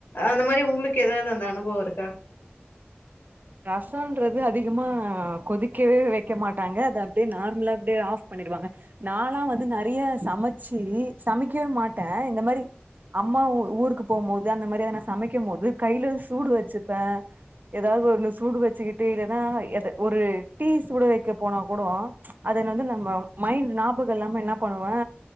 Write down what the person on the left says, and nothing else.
அந்த மாரி உங்களுக்கு எதாவது அந்த அனுபவோ இருக்கா?